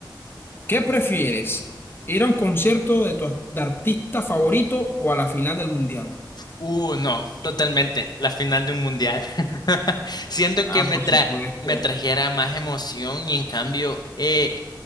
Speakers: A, on the left (about 30°); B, on the left (about 55°).
A: ¿Qué prefieres? ¿Ir a un concierto de tu ar- de artista favorito o a la final del mundial?
B: Uh, no, totalmente. La final de un mundial. <laughs> Siento
A: Ah,
B: que me
A: por supuesto.
B: tra- me trajera más emoción y en cambio eh,